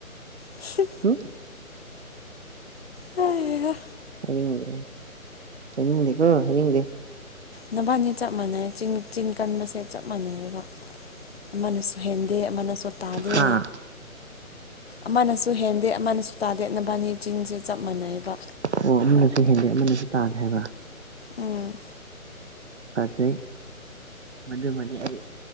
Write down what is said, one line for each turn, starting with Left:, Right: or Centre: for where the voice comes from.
Left: ꯁꯤ
Right: ꯍꯨꯝ
Left: ꯍꯩꯍꯥ
Right: ꯍꯥꯏꯅꯤꯡꯗꯦ ꯍꯥꯏꯅꯤꯡꯡꯗꯦ ꯀꯣ ꯍꯥꯏꯅꯤꯡꯗꯦ
Left: ꯅꯚꯅꯤ ꯆꯞ ꯃꯥꯟꯅꯩ ꯆ ꯆꯤꯟ ꯀꯟꯕꯁꯦ ꯆꯞ ꯃꯥꯟꯅꯩꯑꯕ ꯑꯃꯅꯁꯨ ꯍꯦꯟꯗꯦ ꯑꯃꯅꯁꯨ ꯇꯥꯗꯦ
Right: ꯍꯥ
Left: ꯑꯃꯅꯁꯨ ꯍꯦꯟꯗꯦ ꯑꯃꯅꯁꯨ ꯇꯥꯗꯦ ꯅꯚꯅꯤ ꯆꯤꯟꯁꯦ ꯆꯞ ꯃꯥꯟꯅꯩꯑꯕ
Right: ꯑꯣ ꯑꯃꯅꯁꯨ ꯍꯦꯟꯗꯦ ꯑꯃꯅꯁꯨ ꯇꯥꯗꯦ ꯍꯥꯏꯕ
Left: ꯎꯝ
Right: ꯐꯖꯩ ꯃꯗꯨꯃꯗꯤ ꯑꯩ